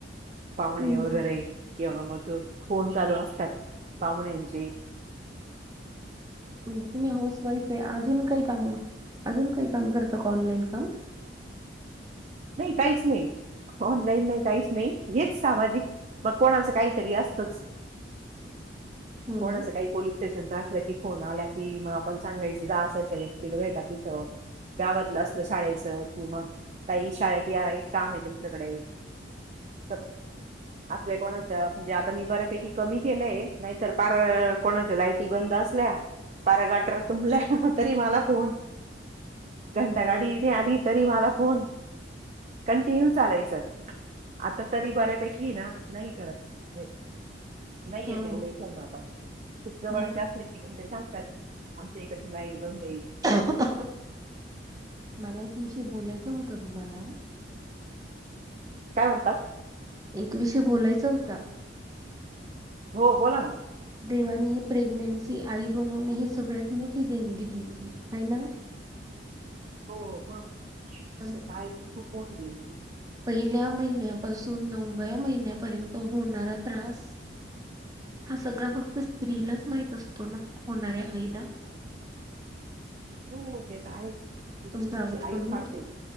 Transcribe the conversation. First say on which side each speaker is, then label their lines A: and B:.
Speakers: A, on the right; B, on the right.
A: पाहुणे
B: हम्म
A: वगैरे किंवा मग फोन चालू असतात. पाहुण्यांचे
B: म्हणजे तुम्ही हाऊस वाईफ ये. अजून काही काम, अजून काय काम करता का ऑनलाईन कामं
A: नाही, काहीच नाही. ऑनलाईन नाही काहीच नाही. हेच सामाजिक मग कोणाचं काहीतरी असतच
B: <inaudible> हो
A: कोणाच
B: ना
A: काही पोलीस स्टेशन असलं, की फोन आला की, म आपण सांगायच जा अशा अशा व्यक्तीला भेटा तिथं गावातलं, असलं शाळेचं की, मग ताई शाळेत या एक काम ये तुमच्याकडे <unintelligible> असल्या कोणाच म्हणजे, आता मी बऱ्यापैकी कमी केलंय, नायतर पार कोणाच्या लाईटी बंद असल्या, पार गटार तुंमल्या, तरी मला फोन घंटा गाडी नाय आली तरी मला फोन कंटिन्यू चालायचं. आता तरी बऱ्यापेकी ये ना नाही करत हे नाही
B: हो
A: येत एवढे फोन आता ते जवळचे
B: मला
A: असले की मंग ते सांगतात. आमच्या इकडची लाईट बंद ये
B: हूं हूं, मला एक विषय बोलायच होत तुम्हाला
A: काय म्हणता?
B: एक विषय बोलायचा होता.
A: हो, बोला ना
B: देवानी प्रेग्नेन्सी आई बनवणं हे सगळ्यात मोठी देणगी दिलीये हाय ना
A: हो म
B: आणि
A: ते <unintelligible>
B: पहिल्या महिन्यापासून, नवव्या महिन्यापर्यंत, होणारा त्रास हा सगळा फक्त स्त्रीलाच माहित असतो ना, होणाऱ्या आईला
A: हो ते त आहेच फक्त
B: तुमचा आवाज
A: ती आईच
B: कमी
A: काढते
B: ये.
A: ती.